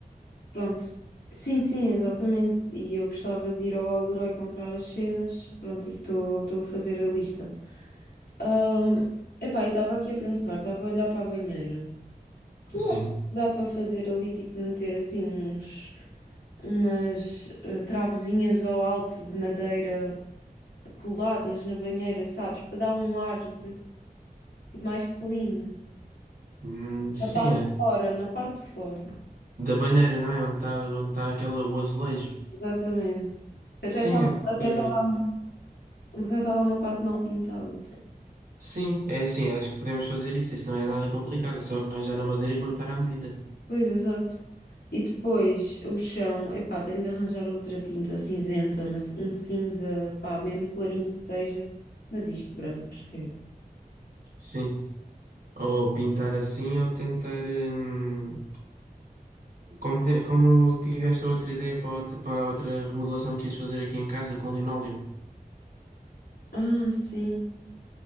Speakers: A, on the left; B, on the right.
A: pronto. Sim, sim, exatamente. E eu gostava de ir ao Leroy comprar as cenas. Pronto, e estou estou a fazer a lista. Ahm, epá, e estava aqui a pensar, estava a olhar para a banheira. Tu
B: Sim.
A: achas que dá para fazer ali, tipo, meter assim uns, umas eh, travezinhas ao alto de madeira coladas na banheira, sabes? Para dar um ar de, de mais clean.
B: Hum, sim,
A: Na parte
B: é.
A: de fora, na parte de fora.
B: Da banheira, não é? Onde está onde tá aquela, o azulejo.
A: Exatamente. Que Até
B: Sim,
A: está
B: acho
A: até
B: que.
A: tá lá, um- até tá lá uma parte mal pintada.
B: Sim, é assim, acho que podemos fazer isso. Isso não é nada complicado, é só arranjar a madeira e cortar à medida.
A: Pois, exato. E depois o chão, epá, tenho de arranjar outra tinta cinzenta, uma ci- um cinza, pá, mesmo clarinho que seja, mas isto branco, esquece.
B: Sim. Ou pintar assim, ou tentar. hum, como, te- como tiveste a outra ideia para outra, para a outra remodelação que ias fazer aqui em casa com linóleo.
A: Ah, sim.